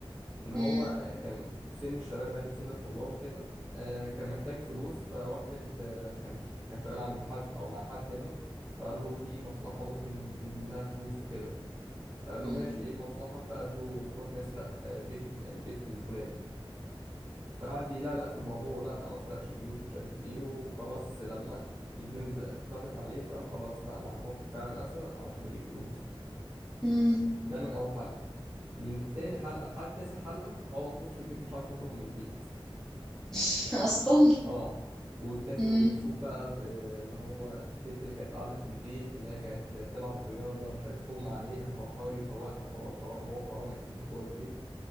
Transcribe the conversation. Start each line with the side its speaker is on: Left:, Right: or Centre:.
Right: ان هو
Centre: امم
Right: آه، كان في سن الشباب يعني في سن الطلاب كده آه، كان محتاج فلوس فواحد آه، كان ش- كان شغال عند حد او مع حد يعني فقال له في مصلحه ممكن نجيب منها فلوس وكده فقال
Centre: امم
Right: له ماشي ايه المصلحة فقال له نروح نسرق آه، بيت البيت الفلاني فقعد يلقلق في الموضوع لا ما سرقش بيوت ومش عارف ايه وخلاص لما الديون اتز- اتكترت عليه فقال خلاص لا انا هروح فعلا اسرق علشان اجيب فلوس
Centre: اه
Right: ده من اول حلقة من تاني حلقة لحد تاسع حلقة هو محبوس في البيت مش عارف يخرج من البيت
Centre: <laughs> أصلا
Right: اه ويكتشف
Centre: امم
Right: ويشوف بقى آه، اللي هو البنت اللي كانت قاعدة في البيت اللي هي كانت بتلعب رياضة مش عارف اغمى عليها فهو حاول يفوقها وهو الحرام وهو حرامي اساسا جوه البيت